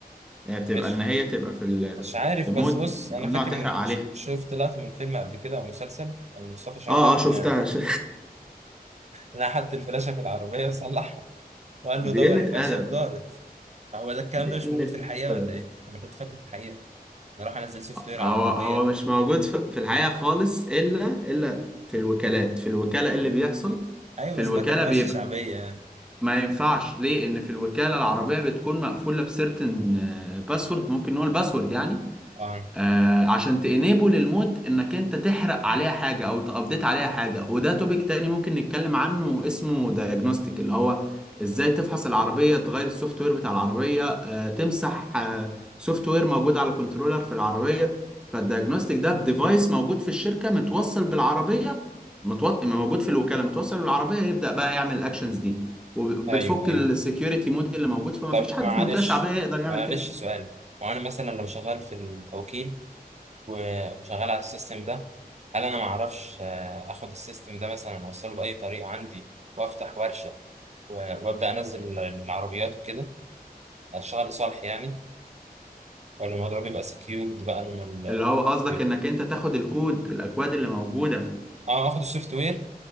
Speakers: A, in the centre; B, on the right (about 45°).
A: هي بتبقى
B: مش
A: ان هي تبقى في ال...
B: مش
A: في
B: عارف
A: في مود
B: بس بص انا
A: ممنوع
B: فاكر
A: تحرق
B: ان
A: عليها
B: ش- شفت لقطه من فيلم قبل كده او مسلسل كان مصطفى شعبان
A: اه اه شفتها
B: آه،
A: ش...
B: لقى حد الفلاشه في العربيه وصلحها
A: <laughs>
B: وقال
A: دي
B: له دور
A: قلة
B: يا باشا
A: ادب
B: ودارت هو ده الكلام
A: دي
B: ده مش
A: قلة
B: موجود في الحقيقه
A: ادب
B: ولا ايه؟ انا كنت فاكره في الحقيقه نروح انزل سوفت وير
A: هو
B: على العربيه
A: هو مش موجود في في الحقيقة خالص الا الا في الوكالات في الوكالة إيه اللي بيحصل
B: ايوه
A: في
B: بس
A: الوكالة
B: ده كان ورشه
A: بيبقى
B: شعبيه يعني
A: ما ينفعش ليه ان في الوكالة العربية بتكون مقفولة بسيرتن باسورد ممكن نقول باسورد يعني
B: اه
A: آه عشان تانيبل المود انك انت تحرق عليها حاجه او تابديت عليها حاجه وده توبيك تاني ممكن نتكلم عنه اسمه دايجنوستيك اللي هو ازاي تفحص العربيه تغير السوفت وير بتاع العربيه آه تمسح آه سوفت وير موجود على كنترولر في العربيه فالدايجنوستيك ده بديفايس موجود في الشركه متوصل بالعربيه متوط... موجود في الوكاله متوصل بالعربيه يبدا بقى يعمل الاكشنز دي وبتفك
B: ايوه ايوه
A: السكيورتي مود اللي موجود فما
B: طب
A: فيش حد
B: معلش
A: في منطقه شعبيه يقدر يعمل
B: معلش
A: كده
B: سؤال وانا مثلا لو شغال في التوكيل و- وشغال على السيستم ده هل انا ما اعرفش آه، اخد السيستم ده مثلا اوصله باي طريقه عندي وافتح ورشه و- وابدا انزل العربيات وكده اشتغل لصالح يعني ولا الموضوع بيبقى سكيورد بقى ان ال-
A: اللي هو قصدك
B: بيبقى-
A: انك انت تاخد الكود الاكواد اللي موجوده
B: اه اخد السوفت وير